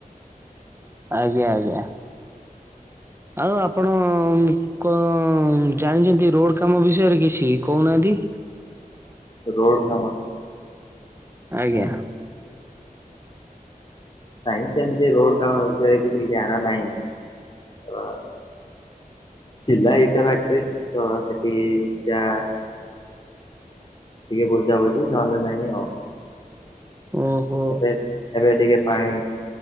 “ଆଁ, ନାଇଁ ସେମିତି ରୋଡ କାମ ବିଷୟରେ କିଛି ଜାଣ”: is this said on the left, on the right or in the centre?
Left